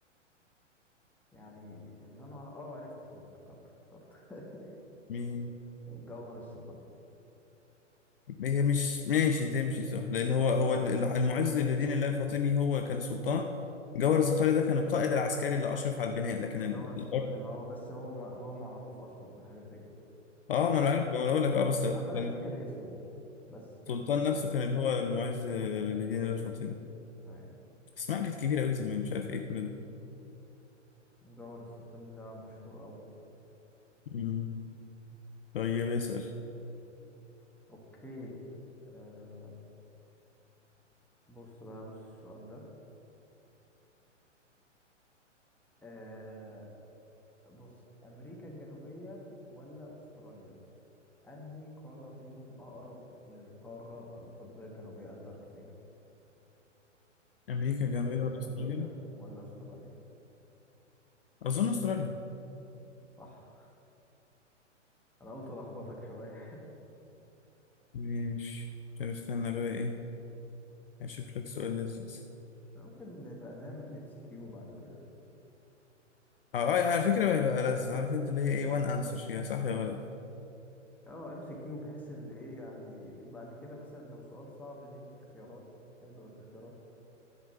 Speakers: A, in the centre; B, on the left.
A: يعني اللي أنا عر... أه عرفت خلاص افتكرت افتكرت <laughs>
B: مين
A: جوهر الصقل
B: هي مش ماشي تمشي صح لان هو هو ال- المعز لدين الله الفاطمي هو كان السلطان جوهر الصقلي ده كان القائد العسكري اللي اشرف على البناء لكن ال-
A: جوهر الصقل
B: الحر
A: ما هو بس هو ما... هو معروف أصلا بحاجة زي كده
B: اه ما
A: فأنا
B: انا عارف ما انا اقول لك اه بس
A: عمال
B: كان
A: أفتكر اسمه بس
B: السلطان نفسه كان اللي هو المعز لدين الله الفاطمي
A: <laughs> أيوة
B: اسمها كانت كبيره قوي زمان مش عارف ايه كل ده
A: جوهر الصقل ده مشهور أوي
B: مم. طيب اسال
A: أوكي آه... بص بقى بص السؤال ده آه... بص أمريكا الجنوبية ولا أستراليا؟ أنهي قارة فيهم أقرب للقارة القطبية الجنوبية أنتاركتيكا
B: امريكا الجنوبيه
A: أمريكا الجنوبية
B: ولا استراليا
A: ولا أستراليا
B: اظن استراليا
A: صح أنا قلت ألخبطك شوية
B: ماشي طب استنى بقى ايه اشوف لك سؤال لذيذ
A: ممكن نبقى نعمل ام سي كيو بعد كده
B: اه آه، على فكره هيبقى لذ عارف انت اللي هي ايه وان انسر يا صح يا غلط
A: اه ام سي كيو بحيث ان ايه يعني بعد كده مثلا لو سؤال صعب ندي اختيارات حلوة الاختيارات